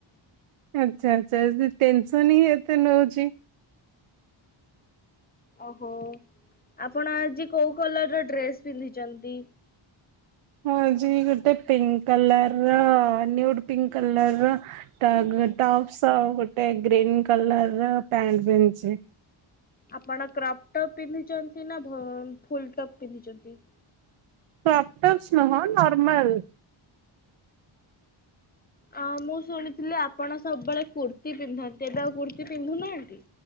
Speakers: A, on the right; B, on the left.
A: ଆଚ୍ଛା, ଆଚ୍ଛା, ଯଦି ଟେନସନ୍ ହିଁ ଏତେ ନଉଛି
B: ଓହୋ, ଆପଣ ଆଜି କୋଉ କଲରର ଡ୍ରେସ୍ ପିନ୍ଧିଛନ୍ତି?
A: ମୁ ଆଜି ଗୋଟେ ପିଙ୍କ୍ କଲରର ନ୍ୟୁଟ୍ ପିଙ୍କ୍ କଲରର ଟଗ୍ ଟପ୍ସ ଗୋଟେ ଗ୍ରୀନ୍ କଲରର ପ୍ୟାଣ୍ଟ ପିନ୍ଧିଛି।
B: ଆପଣ କ୍ରପ୍ ଟପ୍ ପିନ୍ଧିଛନ୍ତି ନା ଭଲ ଫୁଲ ଟପ୍ ପିନ୍ଧିଛନ୍ତି?
A: କ୍ରପ୍ ଟପ୍ସ ନୁହଁ ନର୍ମାଲ୍।
B: ଅଁ ମୁଁ ଶୁଣିଥିଲି ଆପଣ ସବୁବେଳେ କୁର୍ତ୍ତି ପିନ୍ଧନ୍ତି ଏବେ ଆଉ କୁର୍ତ୍ତି ପିନ୍ଧୁନାହାନ୍ତି?